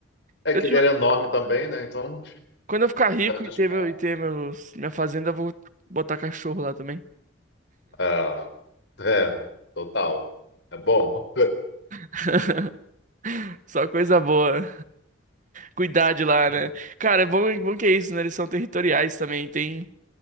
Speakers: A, on the left; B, on the right.
A: é
B: Se
A: que
B: eu tiver-
A: ele era enorme também, né? Então,
B: Quando eu ficar rico
A: cidade
B: e
A: de
B: ter,
A: spa.
B: meu, e ter meus, minha fazenda, eu vou botar cachorro lá também.
A: É, é, total. É bom.
B: <laughs> Só coisa boa. Cuidar de lá,
A: É.
B: né? Cara, é bom, é bom que é isso, né? Eles são territoriais também. Tem...